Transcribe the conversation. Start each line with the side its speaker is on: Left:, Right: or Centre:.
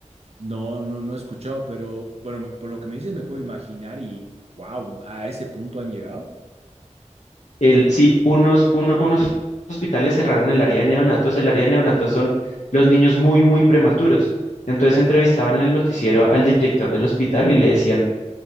Right: No, no, no he escuchado, pero bueno, me- por lo que me dices me puedo imaginar y wow, a ese punto han llegado.
Left: El, sí, unos, uno- unos hospitales cerraron el área de neonatos. El área de neonatos son los niños muy, muy prematuros. Entonces entrevistaban en el noticiero al director del hospital y le decían,